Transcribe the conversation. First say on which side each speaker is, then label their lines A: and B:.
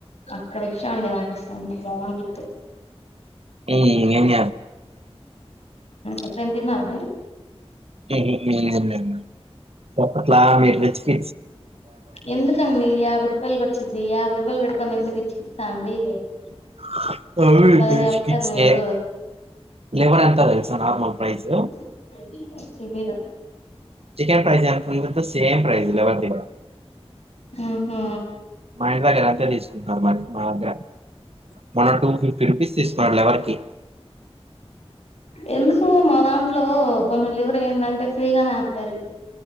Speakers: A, on the left; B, on the right.
A: అక్కడ ఇచ్చాండి నాకుస అంత బాగుంట్
B: ఏన్
A: ఎప్పుడుెంతన్నారు మీలు
B: హమ్ హమ్ హు చెప్పట్లా అ మీర రజకి
A: ఎందు తండి యాభ రూపా రపాయల్లు కొొచ్చిది యా రూపాయల్ బట్టుకంంత ర ఇచ్చితా అండి
B: <unintelligible>
A: భలే
B: రిచ్
A: చెప్తారు
B: కిడ్స్
A: మీరు
B: గాయ్ లేవలే అంత త నార్మల్ ప్రైస్
A: <unintelligible> జని తెలీదా
B: చికెన్ ప్రైస్ ఎంతంది సేమ్ ప్రైజ్ ఎవరి ద్ర
A: ఉహు
B: మా ఇంటి దగ్గర అంతే తీసుకుంటున్నారు మరి మా దగ్ మన టూ ఫిఫ్టీ రూపీస్ తీస్తున్నారు లెవర్కి
A: ఎందుకు మాలంద్ లో కొంచెం లివర్ ఎందాంటే ఫ్రీగానే ఎత్తారు